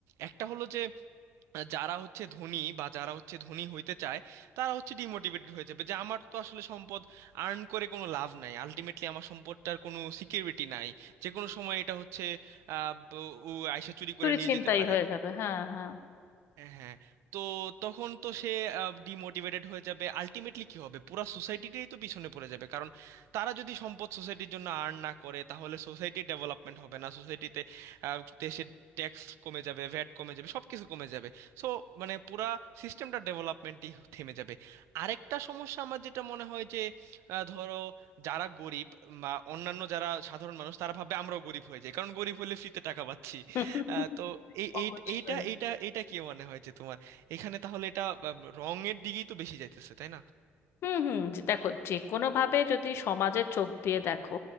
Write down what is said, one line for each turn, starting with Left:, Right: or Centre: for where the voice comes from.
Right: একটা হলো যে যারা হচ্ছে ধনী বা যারা হচ্ছে ধনী হইতে চায় তারা হচ্ছে ডিমোটিভেটেড হয়ে যাবে যে আমার তো আসলে সম্পদ আর্ন করে কোনো লাভ নাই আলটিমেটলি আমার সম্পদটার কোনো সিকিউরিটি নাই যে কোনো সময় এটা হচ্ছে আহ, ব- ও আইসা চুরি
Left: চুরি
Right: করে নিয়ে
Left: ছিনতাই
Right: যেতে পারে
Left: হয়ে যাবে হ্যাঁ হ্যাঁ
Right: হ্যাঁ তো তখন তো সে ডিমোটিভেটেড হয়ে যাবে আলটিমেটলি কি হবে পুরা সোসাইটিটাই তো পিছনে পড়ে যাবে কারণ তারা যদি সম্পদ সোসাইটির জন্য আর্ন না করে তাহলে সোসাইটির ডেভেলপমেন্ট হবে না সোসাইটিতে দেশের ট্যাক্স কমে যাবে ভ্যাট কমে যাবে সব কিছু কমে যাবে সো মানে পুরা সিস্টেমটা ডেভেলপমেন্টই থেমে যাবে আরেকটা সমস্যা আমার যেটা মনে হয় যে আহ, ধরো যারা গরিব বা অন্যান্য যারা সাধারণ মানুষ তারা ভাবে আমরাও গরিব হয়ে যাই কারণ গরিব হলে ফ্রিতে টাকা পাচ্ছি
Left: <laughs>
Right: আহ, তো এই
Left: অবশ্যই
Right: এই- এইটা এইটা এইটা কি মনে হয় যে তোমার এখানে তাহলে এটা আহ, রঙের দিকেই তো বেশি যাইতেছে তাই
Left: হুম হুম যে- দেখো যে কোনো ভাবে যদি সমাজের চোখ দিয়ে দেখো